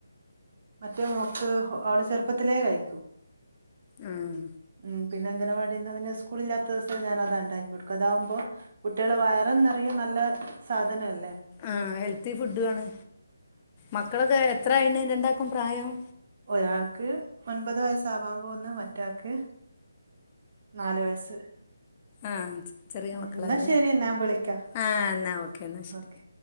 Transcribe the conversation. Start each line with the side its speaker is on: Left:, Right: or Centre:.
Right: മറ്റേ മോക്ക് അവൾ ചെറ്പ്പത്തിലേ കഴിക്കും.
Left: ആഹ്
Right: ഉം പിന്ന അംഗനവാടിന്ന് പിന്നെ സ്കൂള ഇില്ലാത്തസം ഞാൻ അതാ ണ്ടാക്കി കൊടുക്കും അതാവ്പോ കുട്ടിളെ വയർ നിറയും നല്ല സാധന അല്ലേ
Left: ആ ഹെൽത്തി ഫുഡു ആണ് മക്കളൊക്കെ എത്രയണ് രണ്ടാക്കും പ്രായം?
Right: ഒരാൾക്ക് ഒൻപത് വയസ്സാവാൻ പോക്ന്ന് മറ്റാക്ക് നാല് വയസ്സ്
Left: ആഹ് ചെറിയ
Right: ഉം
Left: മക്കളാല്ലേ
Right: ഇന്നാ ശരി ഇന്നാ വിളിക്ക
Left: ആഹ് എന്നാ ഓക്കെ എന്നാ ശരി
Right: ഒകെ